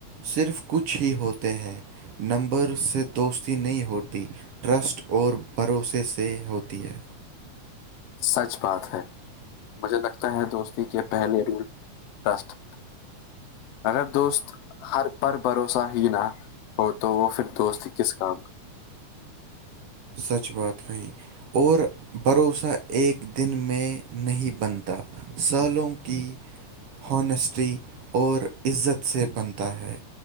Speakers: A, on the right (about 60°); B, on the left (about 70°).
A: صرف کچھ ہی ہوتے ہیں نمبر سے دوستی نہیں ہوتی ٹرسٹ اور بھروسے سے ہوتی تی ہے
B: سچ بات ہے مجھے لگتا ہے دوستی کے پہلے رول ٹرسٹ اگر دوست ہر پر بھروسہ ہی نہ ہو تو تو وہ پھر دوست کس کام کا
A: سچ بات کہی اور بھروسہ ایک دن میں نہیں بنتا سالوں کی ہنیسٹی اور عزت سے بنتا ہے